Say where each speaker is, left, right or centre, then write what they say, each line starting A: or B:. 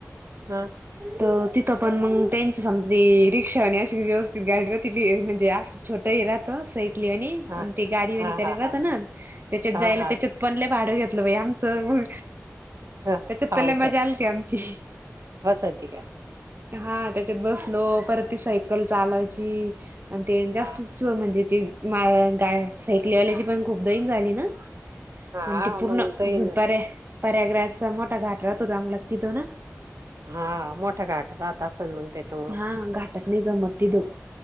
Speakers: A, on the right (about 70°); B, on the right (about 45°).
A: हा.
B: त तिथं पण मग त्यांची समजी रिक्षा आणि अशी व्यवस्थित गाडीवर ति म्हणजे छोट राहत सयकलीनी
A: हा
B: आणि ते गाडीवानी
A: हा
B: कर
A: हा
B: राहत
A: हा
B: ना त्याच्यात
A: हा
B: जायला
A: हा
B: त्याच्यात पण भाडं घेतलं बाई आमचं
A: हा
B: त्याच्यात
A: हाव
B: लई मजा
A: का
B: आलीती आमची
A: बसायची का
B: हा त्याच्यात बसलो परत ती सायकल चालायची आणि ते जास्तच
A: हा
B: म्हणजे ते मा गा सायकली वाल्याची पण खूप दईन झाली ना. आणि
A: हा
B: ते पूर्ण
A: मग दहीन
B: पर्या पर्यागराचा मोठा घाट राहतो चांगलाच तिथून.
A: हा मोठा घाट राहत असण मग त्याच्यामुळं.
B: हा घाटात नाही जमत तिथून.